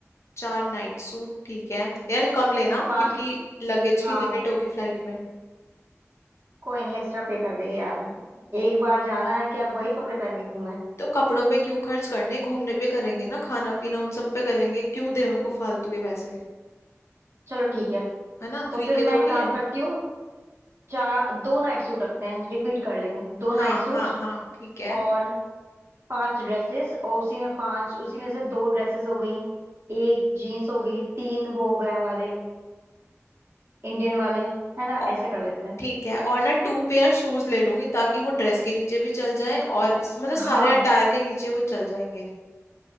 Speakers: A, on the left; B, on the right.
A: चार नाइट सूट ठीक है यार कम लेना
B: पांच
A: क्योंकि लगेज
B: हाँ
A: की लिमिट होगी फ्लाइट में
B: कोई नहीं एक्स्ट्रा पे कर देंगे यार एक बार जाना है क्या वही कपड़े पहन के घूमे
A: तो कपड़ों पे क्यों खर्च करने घूमने पे करेंगे ना खाना पीना उन सब पे करेंगे क्यों दे उनको फालतू के पैसे
B: चलो ठीक है
A: है ना
B: तो
A: फ्री
B: फिर
A: के
B: मैं
A: थोड़ी
B: एक काम
A: है
B: करती हूँ चार दो नाइट सूट रखते हैं रिपीट कर लेंगे दो नाइट
A: हाँ
B: सूट
A: हाँ हाँ ठीक है
B: और पांच ड्रेसेस और उसी में पांच उसी में से दो ड्रेसेस हो गई एक जीन्स हो गई तीन वो हो गए हमारे इंडियन वाले है ना
A: औ-
B: ऐसे कर लेते हैं
A: ठीक है और ना टू पेयर शूज ले लूंगी ताकि वो ड्रेस के नीचे भी चल जाए और इस, मतलब सारे
B: हाँ
A: अटायर के नीचे वो चल जाएंगे